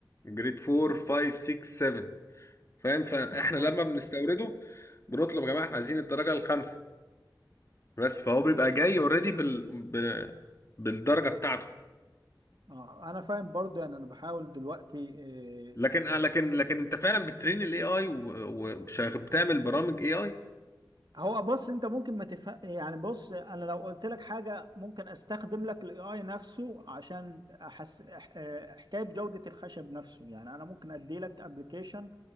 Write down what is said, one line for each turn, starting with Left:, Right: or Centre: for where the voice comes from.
Left: جريد 4 5 6 7 فاهم فاحنا
Right: اه
Left: لما بنستورده بنطلب يا جماعه احنا عايزين الدرجه الخامسه بس فهو بيبقى جاي اوريدي بال... ب... بالدرجه بتاعته
Right: اه انا فاهم برضو يعني انا بحاول دلوقتي آه،
Left: لكن آه، لكن لكن انت فعلا بتترين الاي اي وبتعمل برامج اي اي
Right: هو بص انت ممكن ما تفهم يعني بص انا لو قلت لك حاجه ممكن استخدم لك الاي اي نفسه عشان احس إح- آه، حكايه جوده الخشب نفسه يعني انا ممكن ادي لك ابلكيشن